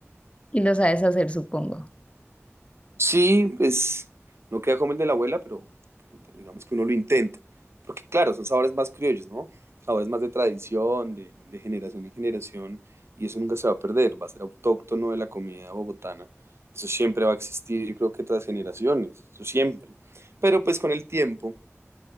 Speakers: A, on the left; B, on the right.
A: Y lo sabes hacer, supongo.
B: Sí, pues no queda como el de la abuela, pero, pero digamos que uno lo intenta. Porque claro, son sabores más criollos, ¿no? Sabores más de tradición, de, de generación en generación, y eso nunca se va a perder, va a ser autóctono de la comida bogotana. Eso siempre va a existir, yo creo que tras generaciones, eso siempre. Pero pues con el tiempo,